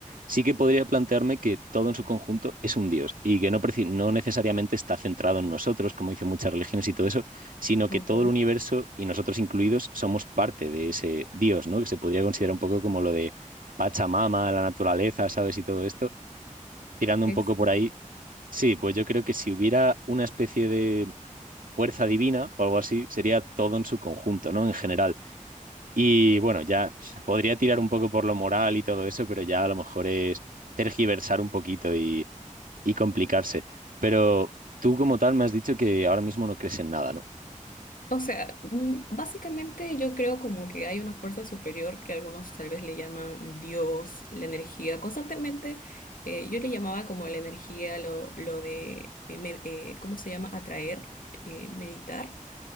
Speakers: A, on the right (about 80°); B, on the left (about 85°).
A: sí que podría plantearme que todo en su conjunto es un Dios y que no, preci- no necesariamente está centrado en nosotros, como dicen muchas religiones y todo eso, sino
B: ok.
A: que todo el universo y nosotros incluidos somos parte de ese Dios, ¿no? Que se podría considerar un poco como lo de Pachamama, la naturaleza, ¿sabes? Y todo esto, tirando un
B: Exacto.
A: poco por ahí. Sí, pues yo creo que si hubiera una especie de fuerza divina o algo así, sería todo en su conjunto, ¿no? En general. Y bueno, ya podría tirar un poco por lo moral y todo eso, pero ya a lo mejor es tergiversar un poquito y, y complicarse. Pero tú como tal me has dicho que ahora mismo no crees en nada, ¿no?
B: O sea, mm, básicamente yo creo como que hay una fuerza superior que algunos tal vez le llaman Dios, la energía. Constantemente eh, yo le llamaba como la energía, lo, lo de, eh, me- eh, ¿cómo se llama? Atraer, eh, meditar